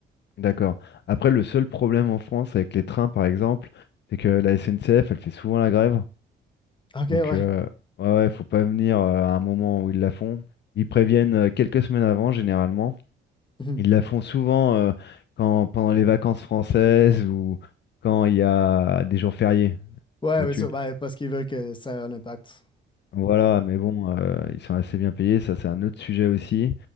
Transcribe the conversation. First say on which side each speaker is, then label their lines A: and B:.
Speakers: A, on the left; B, on the left.
A: D'accord. Après, le seul problème en France avec les trains, par exemple, c'est que la SNCF, elle fait souvent la grève.
B: Ok,
A: Donc,
B: ouais.
A: euh,
B: <laughs>
A: ouais, ouais, faut pas venir euh, à un moment où ils la font. Ils préviennent euh, quelques semaines avant, généralement.
B: Mhm.
A: Ils la font souvent euh, quand, pendant les vacances françaises ou quand il y a des jours fériés,
B: Ouais,
A: vois-tu.
B: oui, sûr. Ben, parce qu'ils veulent que ça ait un impact.
A: Voilà, mais bon, euh, ils sont assez bien payés. Ça, c'est un autre sujet aussi.